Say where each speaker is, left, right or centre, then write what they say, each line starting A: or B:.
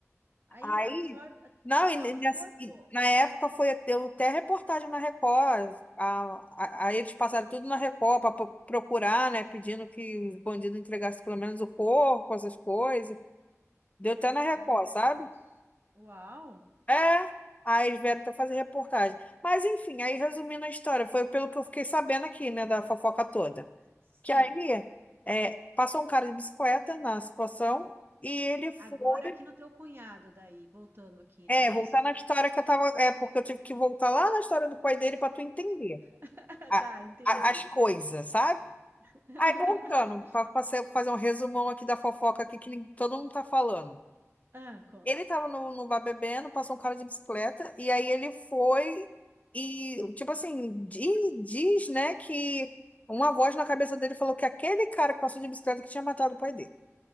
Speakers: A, on the right; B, on the left.
A: Aí
B: Aí,
A: absorve
B: não, e
A: até os
B: nessa-
A: corpos.
B: e na época foi deu até reportagem na Record. A, a- aí eles passaram tudo na Record para procurar, né? Pedindo que os bandidos entregassem pelo menos o corpo, essas coisas. Deu até na Record,
A: Ah, meu
B: sabe?
A: Deus. Uau.
B: É, aí eles vieram até fazer reportagem. Mas enfim, aí resumindo a história, foi pelo que eu fiquei sabendo aqui, né, da fofoca toda.
A: Sim.
B: Que aí é, passou um cara de bicicleta na situação e ele foi.
A: Agora aqui no teu cunhado daí, voltando aqui,
B: É,
A: né? Isso.
B: voltar na história que eu tava. É, porque eu tive que voltar lá na história do pai dele para tu entender
A: <laughs>
B: a-
A: Tá, entendi.
B: a- as coisas, sabe?
A: <laughs>
B: Aí voltando, para fazer um resumão aqui da fofoca aqui que nem- todo mundo tá falando.
A: Ah, conta.
B: Ele tava no, no bar bebendo, passou um cara de bicicleta, e aí ele foi e, tipo assim, diz, diz, né, que uma voz na cabeça dele falou que aquele cara que passou de bicicleta que tinha matado o pai dele.